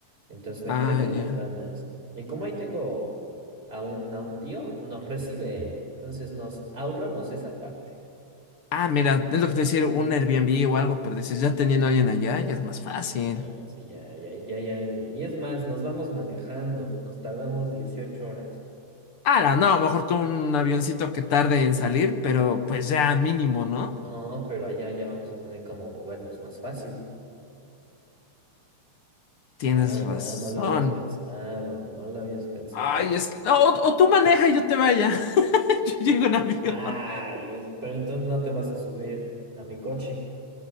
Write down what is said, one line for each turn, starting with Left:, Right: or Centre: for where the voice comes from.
Right: Entonces me
Left: ah,
Right: quedé con
Left: ya.
Right: las ganas. Y como ahí tengo a un, a un tío, nos recibe él, entonces nos ahorramos esa parte.
Left: Ah, mira, es lo que te decía, un Airbnb o algo, pero dices, ya teniendo a alguien allá, ya es más fácil.
Right: Ah, sí, ya, ya, ya hay alguien. Y es más, nos vamos manejando, nos tardamos 18 horas.
Left: Ah, no, no, mejor tú un avioncito que tarde en salir, pero pues ya mínimo, ¿no?
Right: No, pero allá ya vamos a tener como movernos más fácil.
Left: Tienes
Right: Ah, ¿verdad?
Left: razón.
Right: No lo habías pensado, no lo habías pensado.
Left: Ay, es que. No, o, o tú maneja y yo te vaya. <laughs> Yo llego en avión.
Right: Ah, es- pero entonces no te vas a subir a mi coche.